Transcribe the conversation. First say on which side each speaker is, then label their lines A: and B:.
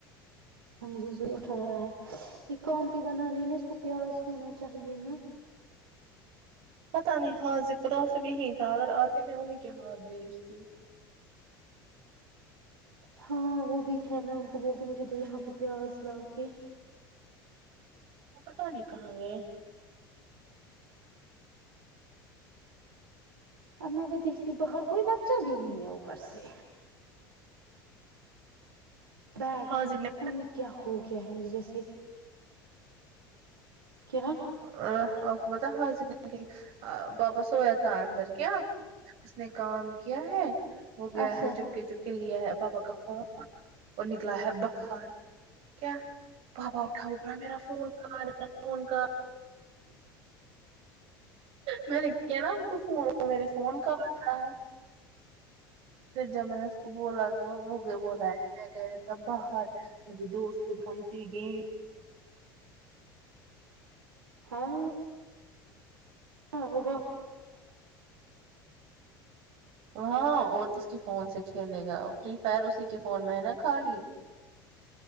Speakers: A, on the right; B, on the right.
A: ہاں مجھے زور ٹھ رہا ہے یہ کاانتی بنانی ہے نا اس کو پیاز ہونا چاہیے نا
B: پتاہ نہیں ہاں ذکرا سے بھیی تھا اگر آتے میں انہیں کے ہاتھ بیچتی
A: ہاں وہ بھی ہے میں ان کو بولتی ہوں مجھے تو یہاں پہ پیاز لا کے
B: تو پتہ نہیں کہاں گئے
A: اب میں بھی دیکھتی باہر کوئی بچہ بھی نہیں ہے اوپر سے بیک
B: حاضق
A: میں
B: نے
A: پتا نہیں کیا ہو گیا ہے مجھے جیسے کیا
B: اچھا بتا زگی واپس ہوویا تھا اندر کیا اس نے کام کیا ہے وہ گیا
A: اچھا
B: ہے چپک چپ کے لیا ہے پاپا کا فون اور نکلا ہے باہر کیا پاپا اٹھا وہ با میرا فون کہ ما فون کہ میں نے کیا نا م کو فون تو میرے فون کا بٹ رہا ہے پھر جب میں نے اس کو بولا تو وہ بلا ہے میں گیا تھا باہر مے دوست کو د کہانی ت گ
A: ہاں <unintelligible>
B: ہاں اور کس کے فون سے کھیلے گا فری فائر اسی کے فون میں ہے نا خالی